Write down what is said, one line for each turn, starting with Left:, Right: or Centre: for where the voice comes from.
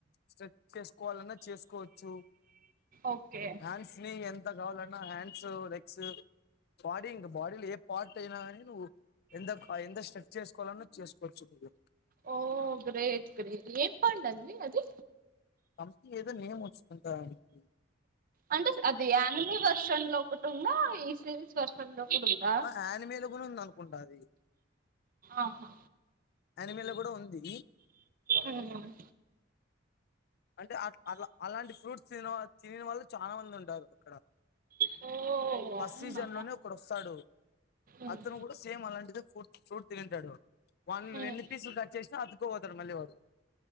Left: స్టేట్స్ చేసుకోవాలన్నా చేసుకోవచ్చు
Right: ఓకే
Left: హ్యాండ్స్ ని ఎంత గావాలన్నా హ్యాండ్స్ లైక్ క్స్ బాడీ ఇంక బాడీలో ఏ పార్ట్ అయినా గాని నువ్వు ఎంతకు ఎంత స్ట్రచ్చేస్ కోలన్న చేసుకోవచ్చు నువ్వు
Right: ఓ గ్రేట్ గ్రేట్ ఏం పండండి అది
Left: దాన్కీ ఏదో నేమ్ వచ్చుకుంటా అండి <unintelligible>
Right: అంటే స్ అది అనిమి వర్షన్ల్లో ఒకటి ఉంద ఈ సిరీస్ వర్షన్ల్లో కుడుందా
Left: ఆ యానిమేలో కూడా ఉంది అనుకుంటా అది
Right: ఆహా
Left: అనిమిలొ కూడా ఉంది
Right: ఉమ్.
Left: అంటే అట్టు అట్లా అలాంటి ఫ్రూట్స్ తిన్న వాళ్ళు తినని వాళ్లు చాలా మంది ఉంటారు అక్కడ
Right: ఓ
Left: ఫస్ట్
Right: అవునా
Left: సీజన్ లోనే ఒకడు వస్తాడు
Right: ఉమ్.
Left: అతను గుడా సేమ్ అలాందే ఫుట్ ఫ్రూట్ తినింటాడు, వాన్ని నువ్వు
Right: ఉమ్.
Left: ఎన్ని పీసులు కట్ చేసినా! అతుక్కు పోతాడు మళ్ళీ వాడు.